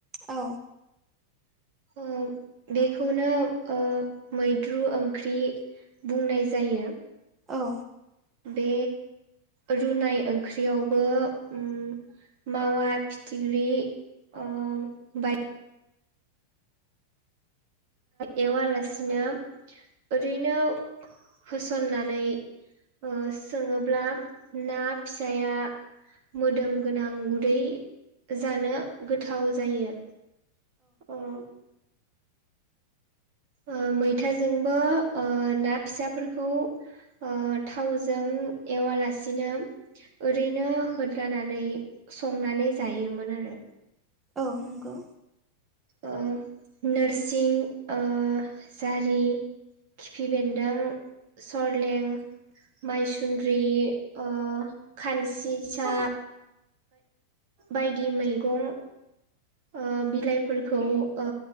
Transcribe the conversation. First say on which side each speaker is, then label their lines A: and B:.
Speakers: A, on the right; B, on the right.
A: औ
B: औ बेखौनो ओ मैद्रु ओंख्रि बुंनाय जायो ।
A: औ
B: बे रुनाय ओंख्रियावबो उम मावा फिथिख्रि ओ बाय एवालासिनो ओरैनो होसननानै ओ सोङोब्ला ना फिसाया मोदोम गोनां गुरै जानो गोथाव जायो औ ओ मैथाजोंबो ओ ना फिसाफोरखौ ओ थावजों एवालासिनो ओरैनो होदलानानै संनानै जायोमोन आरो
A: औ नंगौ
B: ओ नोरसिं ओ जारि खिफि बेन्दों सरलें माइसुन्द्रि ओ खानसि सा
A: औ
B: बायदि मैगं ओ बिलाइफोरखौ ओ